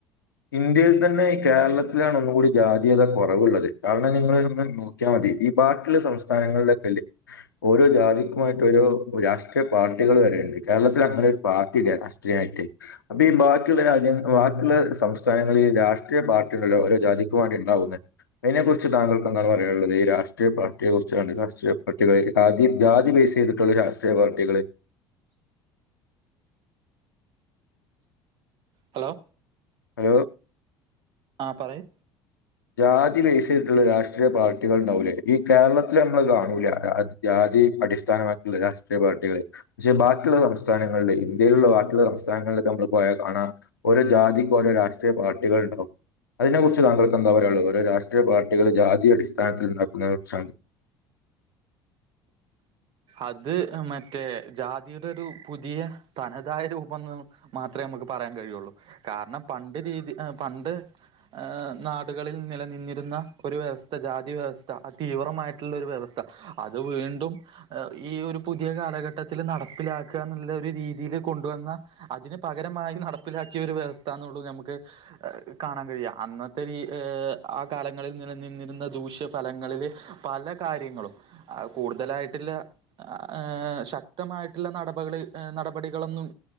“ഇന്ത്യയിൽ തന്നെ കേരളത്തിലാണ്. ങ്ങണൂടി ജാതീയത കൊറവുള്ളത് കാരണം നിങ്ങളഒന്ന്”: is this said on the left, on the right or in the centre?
Left